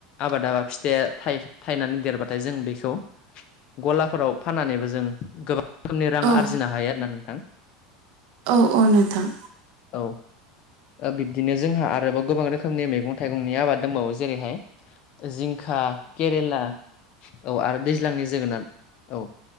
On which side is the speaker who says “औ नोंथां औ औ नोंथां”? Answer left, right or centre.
Right